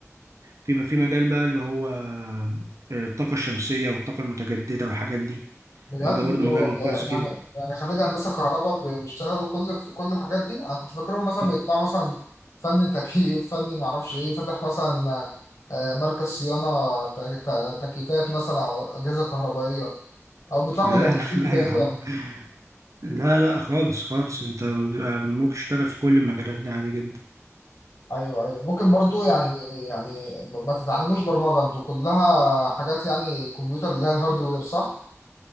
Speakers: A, on the right (about 80°); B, on the left (about 80°).
A: في في مجال بقى اللي هو آه، الطاقة الشمسية والطاقة المتجددة والحاجات دي
B: بجد
A: آه، ده برضو
B: انتوا
A: مجال
B: ب-
A: كويس جدا
B: يعني يعني خريج هندسة كهرباء ب- بيشتغلوا كل في كل الحاجات دي انا كنت فاكرهم مثلا
A: في الط-
B: بيطلعوا مثلا فني تكييف فني معرفش ايه فاتح مثلا آه، مركز صيانة ت- ت- تكييفات مثلا او اجهزة كهربائية او بيطلعوا
A: لا <laughs>
B: مدرسين
A: لا لا
B: فيزياء
A: يا عم لا لا خالص خالص انت بيبقى ممكن تشتغل في كل المجالات دي عادي جدا
B: ايوه ايوه ممكن برضو يعني يعني ما تتعلموش برمجة انتوا كلها حاجات يعني كمبيوتر اللي هي الهاردوير صح؟